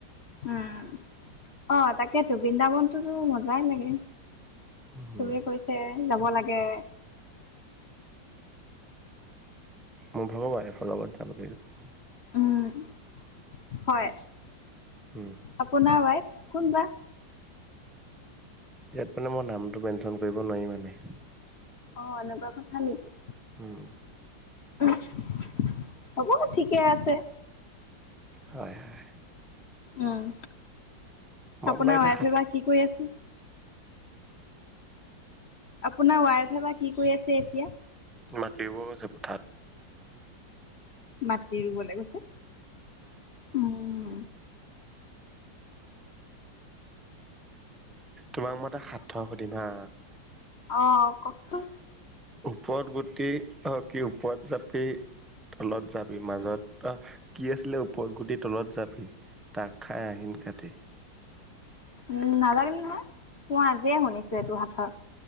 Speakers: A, on the left; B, in the centre.
A: উম, অ', তাকেটো বৃন্দাবনটোতো মজাই লাগে,
B: উম,
A: চবে কৈছে যাব লাগে।
B: মই ভাবো ৱাইফৰ লগত যাব লাগিব।
A: উম, হয়।
B: উম,
A: আপোনাৰ ৱাইফ? কোনবা?
B: ইয়াত মানে মই নামটো মেনচন কৰিব নোৱাৰি মানে।
A: অহ, এনেকুৱা কথা নেকি?
B: উম,
A: <unintelligible> হ'ব ঠিকে আছে
B: হয় হয়।
A: উম।
B: মই
A: আপোনাৰ
B: আপোনাক এটা
A: ৱাইফে
B: সাত
A: বা কি কৰি আছে? আপোনাৰ ৱাইফ এ'বা কি কৰি আছে এতিয়া?
B: মাটি ৰোৱ গৈছে পথাৰত।
A: মাটি ৰুবলে গৈছে? উম।
B: তোমাক মই এটা সাঁথৰ সুধিম হা?
A: অহ, ককচোন?
B: ওপৰত গুটি, অহ কি ওপৰত জাপিতলত যাবি মাজত এটা কি আছিলে ওপৰত গুটি তলত যাবি, তাক খাই আহিন কাটি।
A: উম, নাজানিম নহয়? মই আজিয়ে শুনিছোঁ এইটো সাঁথৰ।